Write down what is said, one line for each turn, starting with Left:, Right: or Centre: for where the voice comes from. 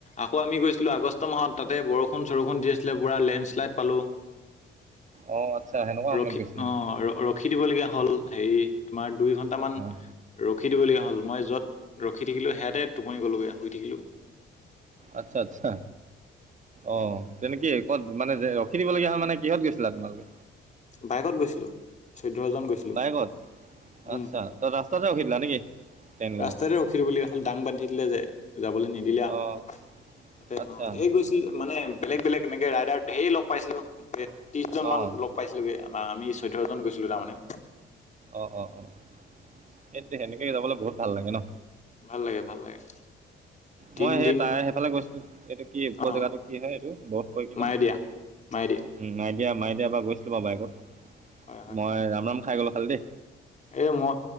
Left: আকৌ আমি গৈছিলো আগষ্ট মাহত তাতে বৰষুণ বৰষুন চৰখন দি আছিলে পুৰা লেণ্ডশ্লাইড পালোঁ
Right: অঁ আচ্ছা সেনেকুৱা সময়ত
Left: ৰখি
Right: গৈছিলা
Left: অ ৰখি দিবলগীয়া হ'ল হেৰি তোমাৰ দুই ঘন্টামান ৰখি
Right: অঁ
Left: ৰখি দিবলীয়া হ'ল মই যত ৰখি থাকিলো সেয়াতে টোপনি গলোগে শুই থাকিলো
Right: আচ্ছা আচ্ছা অ তেনেকে ক'ত মানে ৰখি দিবলগীয়া হয় মানে মানে কিহত গৈছিলা তোমালোকে
Left: বাইকত গৈছিলো চৈধ্যজন গৈছিলো
Right: বাইকত
Left: উম
Right: আচ্ছা ত ৰাস্তাতে ৰখিধিলা নেকি ট্ৰেইন লগাই
Left: ৰাস্তাতে ৰখিলো বুলি অকল দাং বান্ধি দিলে যে যাবলৈ নিদিলে
Right: অঁ
Left: তাতে
Right: আচ্ছা
Left: অ এই গৈছিল মানে বেলেগ বেলেগ এনেকে ৰাইদাৰ ধেৰ লগ পাইছিলো ত্ৰিশজন মান
Right: অঁ
Left: লগ পাইছিলোগে বা আমি চৈধ্্যজন গৈছিলো তাৰমানানে
Right: অ অ অ সেইটো সেনেকে যাবলৈ বহুত ভাল লাগে ন
Left: ভাল লাগে ভাল লাগে
Right: মই
Left: তিনদিন
Right: সেই তাই সেইফালে গৈছিলো এইটো কি উপজেগাটো
Left: অ'
Right: কি হয় এইটো বধ পৰি কি
Left: মায়ে
Right: নাম
Left: দিয়া মায়ে দিয়া
Right: উ মাইদিয়া মই বা গৈছিলো বাৰু বাইকত
Left: হয় হয়
Right: মই ৰামৰাম খাই গলো খালি দেই
Left: এ মই